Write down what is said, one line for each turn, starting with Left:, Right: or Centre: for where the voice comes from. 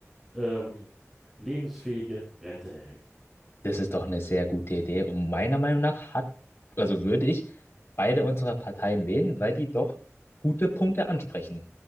Centre: ähm, lebensfähige Rente erhält.
Left: das ist doch eine sehr gute Idee. Und meiner Meinung nach hat, also würde ich beide unserer Parteien wählen, weil die doch gute Punkte ansprechen.